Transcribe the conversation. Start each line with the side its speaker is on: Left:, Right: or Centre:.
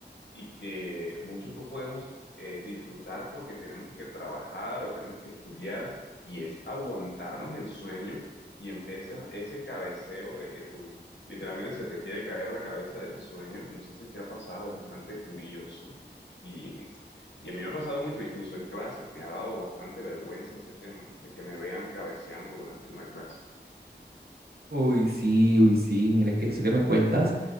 Left: y que muchos no podemos eh, disfrutar porque tenemos que trabajar o tenemos que estudiar y es aguantarnos el sueño y empieza ese cabeceo de que tú literalmente se te quiere caer la cabeza del sueño. No sé si te ha pasado, es bastante curioso y, y a mí me ha pasado mucho, incluso en clases, me ha dado bastante vergüenza ese tema de que me vean cabeceando durante una clase.
Right: Uy, sí, uy, sí, mira que eso que me cuentas